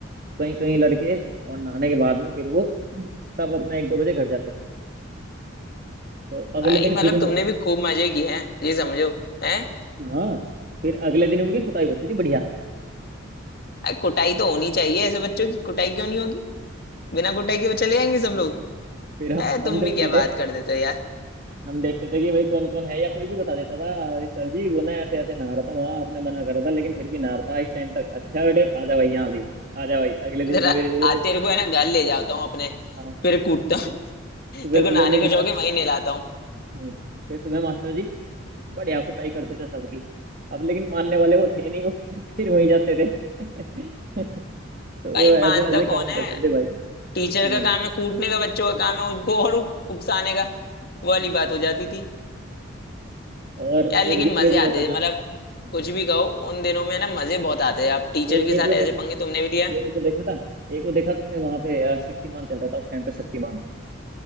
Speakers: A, on the right (about 40°); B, on the left (about 45°).
A: कहीं कहीं लड़के और नहाने के बाद में फिर वो तब अपना एक दो बजे घर जाते थे तो अगले
B: भाई
A: दिन
B: मतलब
A: फिर उनकी
B: तुमने भी खूब मजे किए हैं ये समझो हैं
A: हाँ फिर अगले दिन उनकी कुटाई होती थी बढ़िया
B: अरे कुटाई तो होनी चाहिए ऐसे बच्चों की कुटाई क्यों नहीं होगी बिना कुटाई के वो चले जाएंगे सब लोग
A: फिर
B: अरे
A: ह- हम
B: तुम
A: देखते
B: भी क्या
A: थे
B: बात कर देते हो यार
A: हम देखते थे कि भाई कौन कौन है या कोई भी बता देता था "अरे सर जी वो ना ऐसे ऐसे नहा रहा था वहां आपने मना करा था लेकिन फिर भी नहा रहा था इस टाइम तक अच्छा बेटे आजा भाई यहाँ भी आजा भाई अगले दिन
B: जरा
A: सवेरे सवेरे
B: आ तेरे को है ना घर ले जाता हूँ अपने
A: हाँ,
B: फिर कूटता
A: फिर
B: हूँ
A: सुबह
B: तेरे
A: सुबह
B: को नहाने
A: फिर
B: का
A: मास्टर
B: शौक है वहीं नहलाता हूँ
A: हम्म, फिर सुबह मास्टर जी बढ़िया कुटाई करते थे सबकी अब लेकिन मानने वाले वो थे नहीं वो फिर, फिर वहीं जाते थे <laughs> तो
B: भाई
A: वो ऐसे
B: मानता
A: ऐसे
B: कौन
A: काम
B: है
A: करते थे भाई
B: टीचर
A: हम्म
B: का काम है कूटने का बच्चों का काम है उनको और उ- उकसाने का वो वाली बात हो जाती थी
A: और
B: यार
A: एक
B: लेकिन मजे
A: एक वो
B: आते
A: होता
B: थे
A: था
B: मतलब
A: हम्म।
B: कुछ भी कहो उन दिनों में ना मजे बहुत आते थे आप टीचर
A: एक
B: के साथ
A: एक वो देख
B: ऐसे पंगे तुमने भी लिया
A: एक वो देखा था एक वो देखा तुमने वहां पे अ, शक्तिमान चलता था उस टाइम पे शक्तिमान